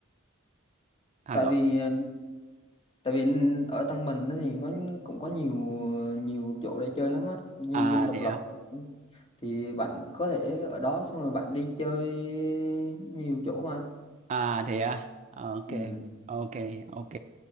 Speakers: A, on the right; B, on the left.
A: à
B: tại
A: cậu
B: vì ờ, tại vì ở Tân Bình á thì có cũng có nhiều nhiều chỗ để chơi lắm á như
A: à
B: Dinh Độc
A: thế
B: Lập
A: à
B: thì bạn có thể ở đó xong rồi bạn đi chơi nhiều chỗ mà
A: à thế à À, ok
B: ừ.
A: ok ok